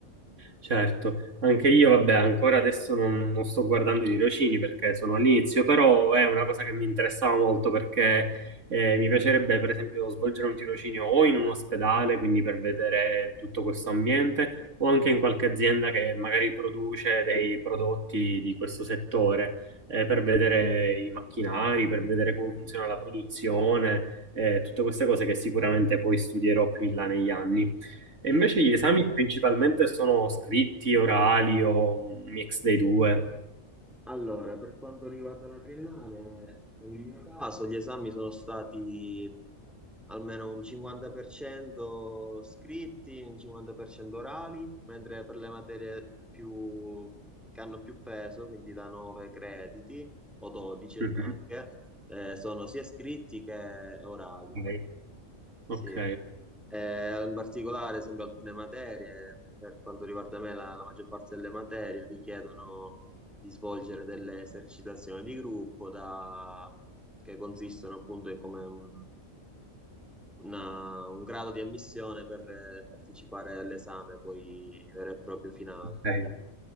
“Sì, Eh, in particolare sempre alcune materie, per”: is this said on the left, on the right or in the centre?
Centre